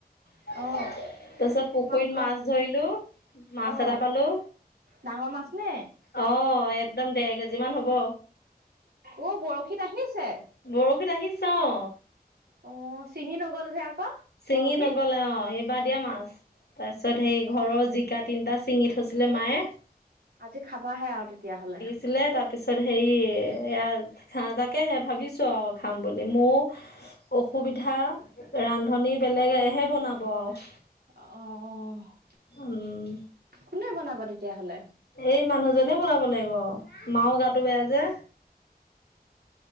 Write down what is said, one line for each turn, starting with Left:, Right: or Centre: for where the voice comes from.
Left: তাৰপিছত
Right: অ অ
Left: পুখুৰীত
Right: তোমালোকৰ
Left: মাছ ধৰিলোঁ, মাছ
Right: অ
Left: এটা পালোঁ।
Right: ডাঙৰ মাছ নে?
Left: অ', একদম দেৰকেজি মান হ'ব।
Right: ঔ, বৰশীত আহিছে?
Left: বৰশীত আহিছে অ
Right: অ', চিঙি নগ'ল যে আকৌ।
Left: চিঙি
Right: বৰশী
Left: নগলে অ', এইবাৰ দিয়া মাছ, তাৰপিছত হেৰি, ঘৰৰ জিকা তিনিটা ছিঙি থৈছিলে মায়ে।
Right: আজি খাবাহে আৰু তেতিয়াহলে।
Left: ছিলে তাৰপিছত হেৰি, এইয়া তাকেহে ভাবিছোঁ আৰু খাম বুলি, মও অসুবিধা, ৰান্ধনি বেলেগহে বনাব আৰু।
Right: অ', অ',
Left: উম
Right: কোনে বনাব তেতিয়াহলে?
Left: এই মানুহজনে বনাব লাগিব আও, মাৰো গাটো বেয়া যে।